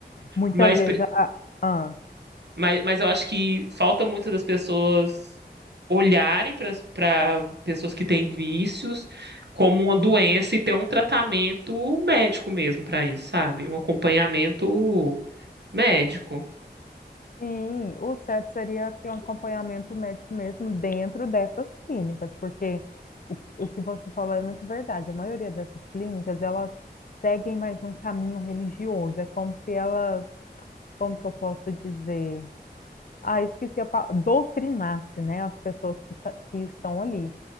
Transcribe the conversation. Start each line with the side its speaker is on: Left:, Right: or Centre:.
Left: Muitas
Right: mas
Left: vezes, a, ah,
Right: mas, mas eu acho que falta muito das pessoas olharem para pessoas que têm vícios como uma doença e ter um tratamento médico mesmo para isso, sabe? Um acompanhamento médico.
Left: Sim, o certo seria ter um acompanhamento médico mesmo dentro dessas clínicas, porque o, o que você falou é muito verdade. A maioria dessas clínicas, elas seguem mais um caminho religioso. É como se elas, como que eu posso dizer? Ah, esqueci a palavra, doutrinasse, né, as pessoas que, ta- que estão ali.